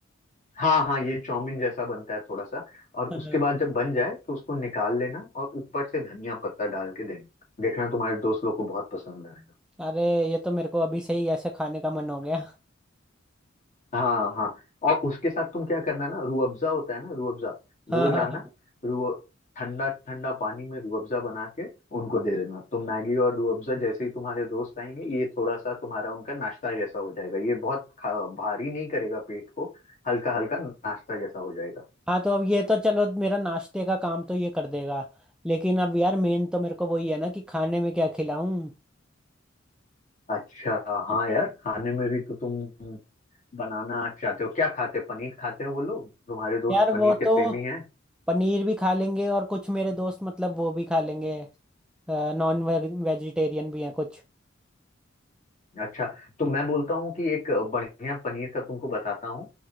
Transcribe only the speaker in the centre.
हाँ
अरे ये तो मेरे को अभी से ही ऐसे खाने का मन हो गया
हाँ
हाँ हाँ
हाँ तो अब ये तो चलो मेरा नाश्ते का काम तो ये कर देगा लेकिन अब यार मेन तो मेरे को वही है ना कि खाने में क्या खिलाऊं
यार
वो
तो
पनीर भी खा लेंगे और कुछ मेरे दोस्त मतलब वो भी खा लेंगे नॉन वेजिटेरियन भी हैं कुछ